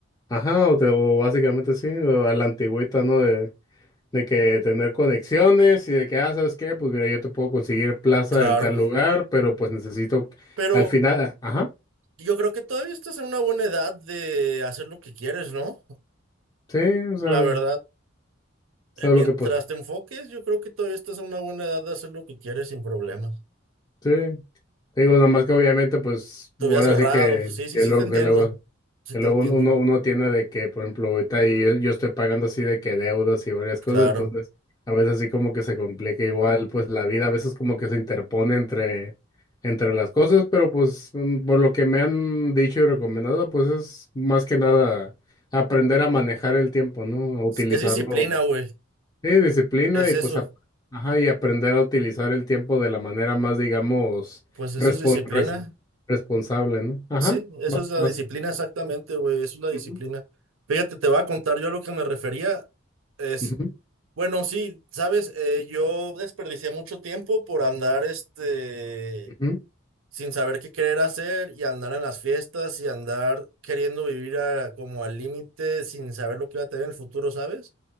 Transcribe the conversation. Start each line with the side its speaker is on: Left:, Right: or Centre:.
Left: Ajá, o, te- o básicamente sí, o a la antigüita, ¿no? De, de que tener conexiones y de que, ah, ¿sabes qué? Pues mira, yo te puedo conseguir plaza
Right: Claro.
Left: en tal lugar, pero pues necesito
Right: Pero
Left: al final, ajá,
Right: yo creo que todavía estás en una buena edad de hacer lo que quieres, ¿no?
Left: sí, o sea,
Right: La verdad,
Left: ¿sabes
Right: eh, mientras
Left: lo que pues?
Right: te enfoques, yo creo que todavía estás en una buena edad de hacer lo que quieres sin problemas.
Left: Sí, te digo, nada más que obviamente pues
Right: Te
Left: ahora
Right: hubieras ahorrado.
Left: sí que,
Right: Sí, sí,
Left: que
Right: sí
Left: luego,
Right: te entiendo.
Left: que luego.
Right: Sí
Left: Que
Right: te
Left: luego
Right: entiendo.
Left: uno, uno uno tiene de que, por ejemplo, ahorita yo, yo estoy pagando así de que deudas y varias cosas,
Right: Claro.
Left: entonces a veces así como que se complica igual, pues la vida a veces como que se interpone entre, entre las cosas, pero pues mm, por lo que me han dicho y recomendado, pues es más que nada aprender a manejar el tiempo, ¿no? A utilizarlo,
Right: Es es disciplina, güey.
Left: sí, disciplina
Right: Es
Left: y
Right: eso.
Left: pues, a- ajá, y aprender a utilizar el tiempo de la manera más, digamos,
Right: Pues eso
Left: respon-
Right: es disciplina.
Left: res- responsable, ¿no? Ajá,
Right: Sí, eso
Left: va,
Right: es la
Left: vas.
Right: disciplina exactamente, güey, eso es la disciplina.
Left: Ujú,
Right: Fíjate, te voy a contar, yo a lo que me refería es,
Left: ujú.
Right: bueno, sí, sabes, Eh, yo desperdicié mucho tiempo por andar, este,
Left: Ujú,
Right: sin saber qué querer hacer y andar en las fiestas y andar queriendo vivir a- como al límite sin saber lo que iba a tener en el futuro, ¿sabes?